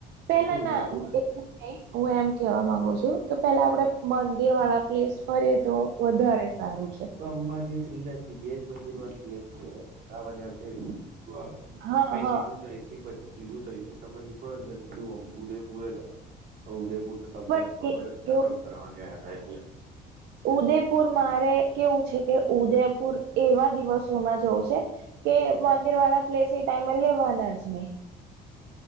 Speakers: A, on the right; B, on the right.
A: પેલા
B: કેમ કે ઉદયપુર
A: ના આમ <unintelligible> હું એમ કેવા માંગુ છું કે પેલા આપડે મંદિર વાળા પ્લેસ ફરીએ તો વધારે સારું છે.
B: તો અંબાજી શ્રીનાથજી બે જ મંદિર વાળ પ્લેસ કેવાય સાવરીયા શેઠ. <inaudible>
A: હા
B: પહી
A: હા
B: સીધુ તઈ થી પછી સીધું થય તમે નીકળોલે સીધું ઉદયપુર જ આવે ઉદયપુર તમને
A: પણ
B: ખબર જ છે આપડે ફરવા ગયા હતા એટલે
A: ઉદયપુર મારે કેવું છે કે ઉદયપુર એવા દિવસોમાં જવું છે. કે મંદિર વાળા પ્લેસ એ ટાઈમ લેવાના જ નહી.